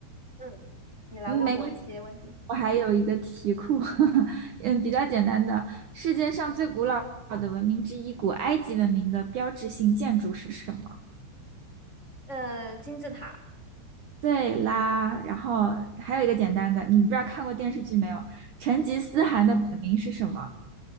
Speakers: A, on the left (about 85°); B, on the right (about 70°).
A: 嗯，你来问我一些问题。
B: 嗯，没关系，我还有一个题库，<laughs> 嗯，比较简单的。世界上最古老的文明之一，古埃及文明的标志性建筑是什么？
A: 呃，金字塔。
B: 对啦，然后还有一个简单的，你不知道看过电视剧没有？成吉思汗的本名是什么？
A: 嗯，